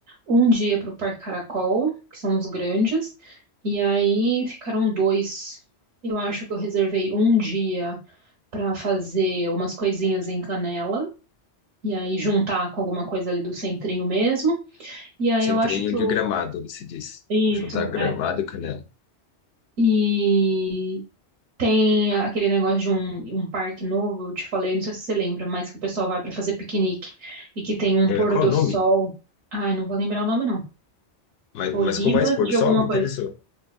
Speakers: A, on the right; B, on the left.
A: um dia para o Parque Caracol, que são os grandes, e aí ficaram dois. Eu acho que eu reservei um dia para fazer umas coisinhas em Canela E aí juntar com alguma coisa ali do centrinho mesmo. E aí
B: Centrinho
A: eu acho que
B: de
A: o.
B: Gramado, se diz.
A: Isso,
B: Juntar Gramado
A: é.
B: e Canela.
A: E tem aquele negócio de um, um parque novo, eu te falei, não sei se você lembra, mas que o pessoal vai pra fazer piquenique e que tem um
B: É,
A: pôr
B: qual
A: do
B: o nome?
A: sol. Ai, não vou lembrar o nome, não.
B: Mas,
A: Olivas
B: mas como é esse pôr
A: de
B: do sol?
A: alguma
B: Me
A: coisa.
B: interessou.